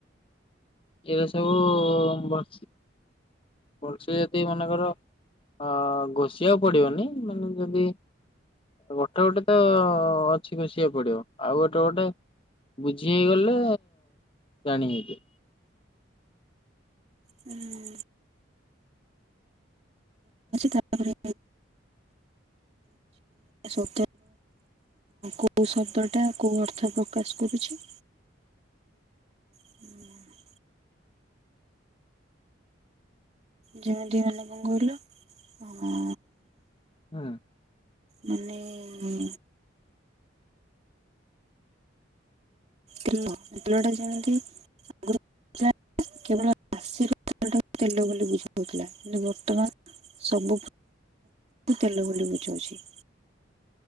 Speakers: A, on the left; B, on the right.
A: ଏଭରା ସବୁ ଉ, ଉ, ଉପଶୁଜାତି ମାନଙ୍କର। ଅ ଘୋଷିବାକୁ ପଡିବନି ତମେ ଯଦି ଗୋଟେ ଗୋଟେ ତ ଅଛି ଘୋସିବାକୁ ପଡିବ ଆଉ ଗୋଟେ ଗୋଟେ ବୁଝି ହେଇଗଲେ ଜାଣି ହେଇଯି
B: ହୁଁ। ତାପରେ ସ <unintelligible> ଅ କୋଉ ଶବ୍ଦ ଟା କୋଉ ଅର୍ଥ ପ୍ରକାଶ କରୁଚି। ହ। ଯେମିତି ମାନେ କଣ କହିଲ ଅଁ।
A: ଆଁ
B: ମାନେ ଉଁ। ୋିଲଟା ଜାଣନ୍ତି ଆଗରୁ <unintelligible> କେବଳ ରାଶିର ତେଲଟା ତେଲ ବୋଲି ବୁଝିହେଉଥିଲା କିନ୍ତୁ ବର୍ତ୍ତମାନ ସବୁ ତେଲ ବୋଲି ବୁଝଉଛି।